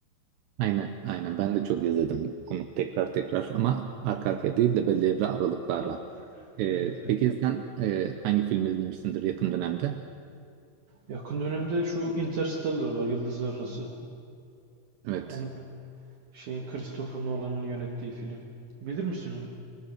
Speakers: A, on the right (about 80°); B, on the right (about 65°).
A: aynen, aynen ben de çok izledim onu tekrar tekrar ama arka arkaya değil de belirli aralıklarla.
B: Ta-
A: E,
B: evet evet.
A: peki sen e, hangi filmi izlemişsindir yakın dönemde?
B: Yakın dönemde şu Interstellar var, Yıldızlar Arası.
A: Evet.
B: Onu şeyin Christopher Nolan'ın yönettiği film. Bilir misin onu?